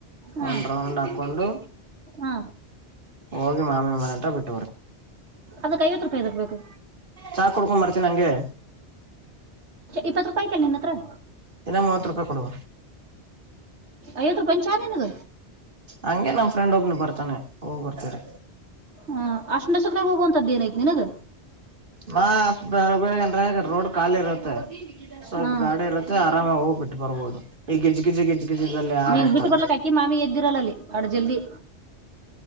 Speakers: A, on the right (about 80°); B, on the right (about 50°).
A: ಹಾ
B: ಒಂದ್ ರೌಂಡ್ ಹಾಕೊಂಡು
A: ಹಾ
B: ಹೋಗಿ ಮಾಮಿ ಮನೆ ಹತ್ರ ಬಿಟ್ಟ
A: ಅದಕ್ ಐವತ್ ರೂಪಾಯಿ ಎದಕ್ ಬೇಕು
B: ಚಾ ಕುಡುಕೊಂಡು ಬರ್ತೀನಿ ಹಂಗೆ
A: ಇಪ್ಪತ್ತು ರೂಪಾಯಿ ಇತ್ತಲ ನಿನ್ನ ಹತ್ತಿರ
B: ದಿನ ಮೂವತ್ ರೂಪಾಯಿ ಕೊಡು
A: ಐವತ್ತ ರೂಪಾಯಿ ಚಾ ನಿನಗ
B: ಹಂಗೆ ನಮ್ ಫ್ರೆಂಡ್ ಒಬ್ಬನು ಬರ್ತಾನೆ ಹೋಗ್ ಬರ್ತಾರೆ
A: ಹ ಅಷ್ಟ ಮಸಕ್ನಾಗ ಹೋಗುವಂತದ್ದೇ ಏನ ಐತಿ ನಿನಗ
B: ಮ ಬೆಳ ಬೆಳಗನ್ ರೋಡ್ ಖಾಲಿ ಇರುತ್ತೆ ಸ್ವಲ್ಪ
A: ಹಾ
B: ಗಾಡಿ ಇರುತ್ತೆ ಆರಾಮ ಹೋಗ್ಬ ಬಿಟ್ಟು ಬರ್ಬೋದು ಈಗ ಗಿಜು ಗಿಜ ಗಿಜ್ ಗಿಜಿದಲ್ಲಿ ಯಾರು
A: ನೀಂಗ
B: ಹೋಗ್ತಾರ
A: ಬಿಟ್ಟ ಬರ್ಲಕ್ ಅಕಿ ಮಾಮಿ ಎದ್ದಿರಲ್ಲ ಅಲ್ಲಿ ಅಟ್ ಜಲ್ದಿ